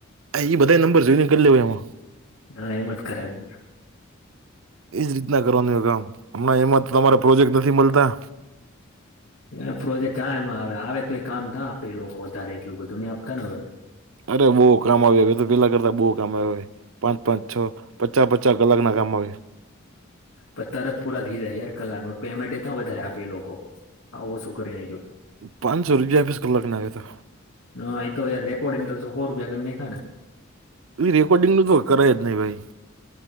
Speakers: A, on the right; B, on the left.
A: હા ઈ બધાય નંબર જોઈન કરી લેવાય એમાં.
B: હા એમ જ કરાય.
A: એજ રીતના કરવાનું હોય કામ હમણાં એમાં તમારે પ્રોજેક્ટ નથી મળતા.
B: એ પ્રોજેક્ટ કા એમાં આવે આવે તો એ કામ ના આપે એ લોકો વધારે એટલું બધું ને આપતા ને હવે.
A: અરે બહુ કામ આવ્યું હો એ તો પેલા કરતા બહુ કામ આવ હો. પાંચ પાંચ છ પચાસ પચાસ કલાક ના કામ આવે.
B: પણ તરત પુરા થઈ જાય યાર કલાકમાં પેમેન્ટ તા વધારે આપે એ લોકો. હાવ ઓછું કરી નાખ્યું.
A: પાંચસો રૂપિયા આપીસ કલાક ના આવે તો
B: હા એ તો યાર રેકોડિંગ કર તો હો રૂપિયા કરી નાખ્યા ને.
A: એ રેકોર્ડિંગનું તો કરાય જ નહી ભાઈ.